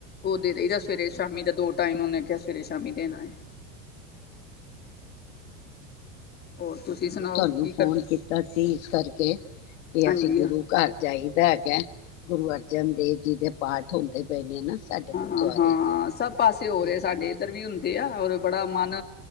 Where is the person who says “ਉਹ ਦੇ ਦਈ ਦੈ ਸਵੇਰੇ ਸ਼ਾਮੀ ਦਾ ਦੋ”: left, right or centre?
Left